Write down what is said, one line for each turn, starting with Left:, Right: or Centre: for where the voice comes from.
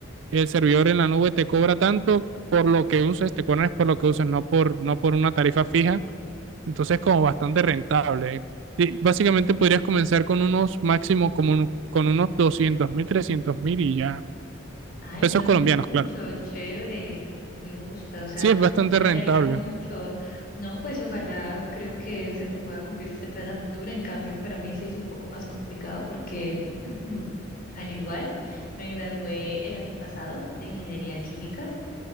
Right: el servidor en la nube te cobra tanto por lo que uses, te cobran por lo que uses, no por, no por una tarifa fija. Entonces, como bastante rentable. Y básicamente
Left: Mm.
Right: podrías comenzar con unos máximo, como un- con unos doscientos mil, trescientos mil y ya.
Left: Ay,
Right: Pesos
Left: no es
Right: colombianos,
Left: mucho,
Right: claro.
Left: chévere, me gusta, o sea,
Right: Sí, es bastante
Left: me
Right: rentable.
Left: alegra mucho. No, pues ojalá creo que se te pueda cumplir ese plan a futuro. En cambio, para mí sí es un poco más complicado porque, <clears throat> al igual, me gradué el año pasado de ingeniería química.